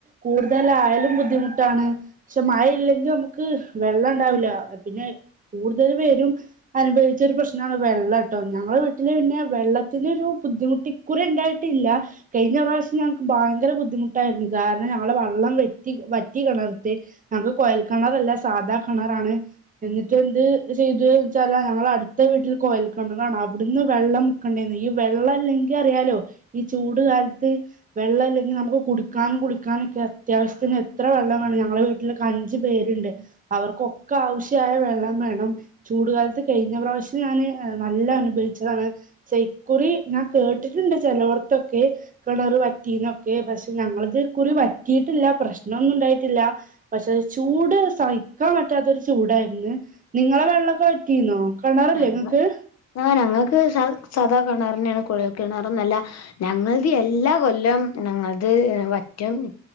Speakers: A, on the right (about 25°); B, on the left (about 60°).
A: കൂടുതലായാലും ബുദ്ധിമുട്ടാണ് ക്ഷെ മഴ ഇല്ലെങ്കി നമുക്ക് വെള്ളം ഉണ്ടാവില്ല പിന്നെ കൂടുതൽ പേരും അനുഭവിച്ചൊരു പ്രശ്നാണ് വെള്ളട്ടോ ഞങ്ങളെ വീട്ടില് പിന്നെ വെള്ളത്തിന് ഒരു ബുദ്ധിമുട്ട് ഇക്കുറി ഇണ്ടായിട്ടില്ല കഴിഞ്ഞ പ്രാവശ്യം ഞങ്ങക്ക് ഭയങ്കര ബുദ്ധിമുട്ടായിരുന്നു കാരണം ഞങ്ങളെ വള്ളം വറ്റി വറ്റി കെണറിത്തെ ഞങ്ങക്ക് കൊയൽ കെണറല്ലാ സാധാ കെണറാണ് എന്നിട്ട് എന്ത് ചെയ്തു വെച്ചാല് ഞങ്ങള് അടുത്ത വീട്ടില് കൊയൽ കെണറാണ് അവിടുന്ന് വെള്ളം മുക്കണ്ടേന്ന് ഈ വെള്ളം ഇല്ലെങ്കി അറിയാലോ ഈ ചൂട് കാലത്ത് വെള്ളം ഇല്ലെങ്കി നമുക്ക് കുടിക്കാനും കുളിക്കാനൊക്കെ അത്യാവശ്യത്തിന് എത്ര വെള്ളം വേണം ഞങ്ങളെ വീ ട്ടിലക്ക അഞ്ചു പേര്ണ്ട് അവർക്കൊക്ക ആവശ്യായ വെള്ളം വേണം ചൂടു കാലത്ത് കഴിഞ്ഞ പ്രാവശ്യം ഞാന് ഏഹ് നല്ല അനുഭവിച്ചതാണ് ക്ഷേ ഇക്കുറി ഞാൻ കേട്ടിട്ടുണ്ട് ചെലവടത്തൊക്കെ കെണറ് വറ്റീന്നൊക്കെ പക്ഷെ ഞങ്ങളത് ഇക്കുറി വറ്റിയിട്ടില്ല പ്രശ്നമൊന്നും ഉണ്ടായിട്ടില്ല പക്ഷെ ചൂട് സഹിക്കാൻ പറ്റാത്തൊരു ചൂടായിരുന്നു നിങ്ങളെ വെള്ളമൊക്കെ വറ്റീന്നോ കിണറല്ലേ
B: ഞങ്ങ
A: ഇങ്ങക്ക്
B: ആഹ് ഞങ്ങക്ക് സാ സാദാ കെണറന്നേണ് കുഴൽ കിണറോന്നൊല്ല. ഞങ്ങൾത് എല്ലാ കൊല്ലം ഞങ്ങൾത് വറ്റും.